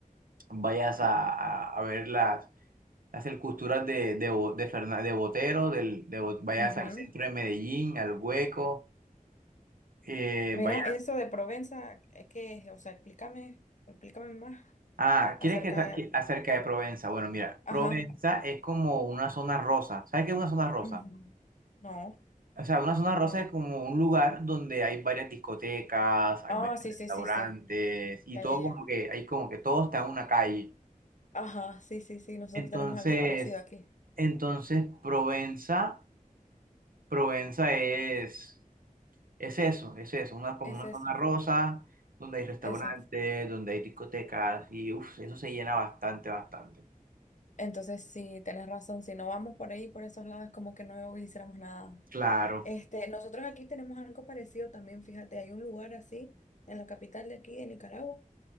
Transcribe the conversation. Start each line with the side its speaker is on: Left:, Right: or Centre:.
Right: vayas a, a- a ver las Hace el cultural de, de, Bo- de, Ferna- de Botero, del, de, Bo- vayas
Left: ujú.
Right: al centro de Medellín, al Hueco, eh,
Left: Mira,
Right: vayas...
Left: eso de Provenza, es que, o sea, explícame, explícame más
Right: Ah,
Left: acerca
Right: ¿quieres que sa- que-
Left: de...
Right: acerca de Provenza? Bueno, mira,
Left: Ajá.
Right: Provenza es como una zona rosa. ¿Sabes qué es una zona rosa?
Left: ujú. No,
Right: O sea, una zona rosa
Left: para nada.
Right: es como un lugar donde hay varias discotecas, hay
Left: Ah,
Right: varios
Left: sí,
Right: restaurantes
Left: sí, sí, sí.
Right: y
Left: Ya,
Right: todo
Left: ya, ya.
Right: como que, hay como que todo está en una calle.
Left: Ajá, sí, sí, sí, nosotros
Right: Entonces,
Left: tenemos algo parecido aquí.
Right: entonces Provenza, Provenza es... Es eso, es eso, una, como
Left: Es
Right: una
Left: eso.
Right: zona rosa,
Left: ok,
Right: donde hay restaurantes,
Left: Exacto.
Right: donde hay discotecas, y uff, eso se llena bastante, bastante.
Left: Entonces, sí, tenés razón, si no vamos por ahí, por esos lados, es como que no hiciéramos nada.
Right: Claro,
Left: Este, nosotros aquí tenemos algo parecido también, fíjate, hay un lugar así en la capital de aquí, de Nicaragua,